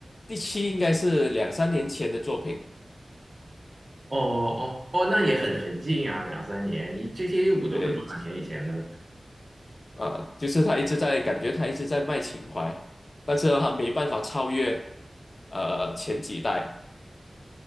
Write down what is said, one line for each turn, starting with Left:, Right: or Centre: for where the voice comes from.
Left: 第七应该是两三年前的作品，
Right: 哦哦哦，那也很很近啊，两三年。你这些 a 五都是多少年以前的了？
Left: 对，呃，就是他一直在感觉他一直在卖情怀，但是他没办法超越，呃，前几代。